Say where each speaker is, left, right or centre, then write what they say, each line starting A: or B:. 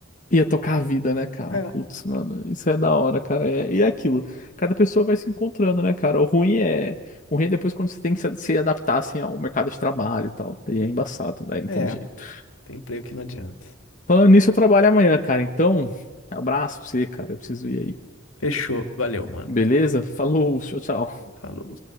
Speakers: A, on the left; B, on the left.
A: Ia tocar a vida, né, cara?
B: É,
A: Putz, mano, isso é da hora, cara. É... E é aquilo. Cada pessoa vai se encontrando, né, cara? O ruim é. O ruim é depois quando você tem que se se adaptar, assim, ao mercado de trabalho e tal. Daí é embaçado, daí não
B: é,
A: tem jeito.
B: tem emprego que não adianta.
A: Falando nisso, eu trabalho amanhã, cara. Então, abraço pra você, cara. Eu preciso ir aí.
B: Fechou, valeu, mano.
A: Beleza? Falou, tchau, tchau.
B: Falou.